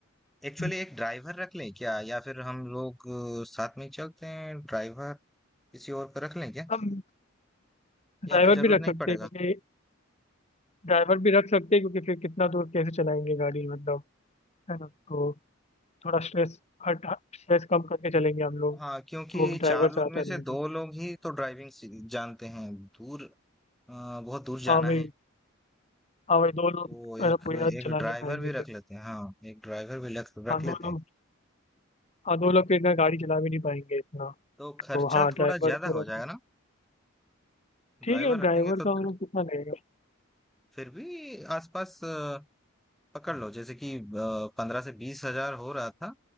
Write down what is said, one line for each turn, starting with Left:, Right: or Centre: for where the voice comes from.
Centre: एक्चुअली
Left: हम्म,
Centre: एक ड्राइवर रख लें क्या या फिर हम लोग अ, साथ में ही चलते हैं ड्राइवर किसी और को रख लें क्या
Left: हम ड्राइवर
Centre: या फिर जरूरत
Left: भी रख
Centre: नहीं
Left: सकते
Centre: पड़ेगा
Left: हैं क्योंकि ड्राइवर भी रख सकते हैं क्योंकि फिर कितना दूर कैसे चलाएंगे गाड़ी मतलब है ना तो थोड़ा स्ट्रेस हट स्ट्रेस कम करके चलेंगे हम लोग
Centre: हाँ क्योंकि
Left: तो ड्राइवर
Centre: चार
Left: से
Centre: लोग
Left: आता
Centre: में
Left: रहेगा
Centre: से दो लोग ही तो ड्राइविंग सी- जानते हैं दूर अ, बहुत दूर जाना
Left: हाँ भाई
Centre: है
Left: हाँ भाई दो लोग
Centre: तो एक
Left: अ, पूरा
Centre: एक
Left: चला
Centre: ड्राइवर
Left: नहीं पाएंगे
Centre: भी
Left: फिर
Centre: रख लेते हैं हाँ एक ड्राइवर भी रख रख
Left: हाँ
Centre: लेते
Left: दो लोग
Centre: हैं
Left: हाँ दो लोग के इतना गाड़ी चला भी नहीं पाएंगे इतना
Centre: तो खर्चा
Left: तो हाँ ड्राइवर
Centre: थोड़ा ज्यादा
Left: तो
Centre: हो
Left: रख
Centre: जाएगा
Left: दो।
Centre: ना
Left: ठीक
Centre: ड्राइवर
Left: है
Centre: रखेंगे
Left: ड्राइवर
Centre: तो
Left: का हम
Centre: फिर
Left: लोग कितना लगेगा
Centre: फिर भी आसपास अ, पकड़ लो जैसे कि पंद्रह से बीस हजार हो रहा था